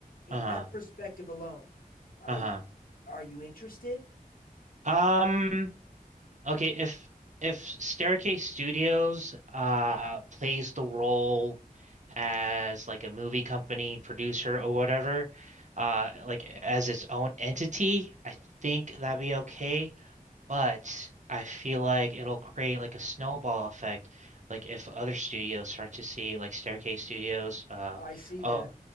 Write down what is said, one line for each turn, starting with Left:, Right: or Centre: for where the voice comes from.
Left: In
Right: Uh-huh.
Left: that perspective alone, are
Right: Uh-huh.
Left: you are you interested?
Right: Um, okay, if if Staircase Studios uh plays the role as like a movie company producer or whatever, uh like as its own entity, I think that'd be okay. But I feel like it'll create like a snowball effect. Like if other studios start to see like Staircase Studios, uh,
Left: I see
Right: oh,
Left: that,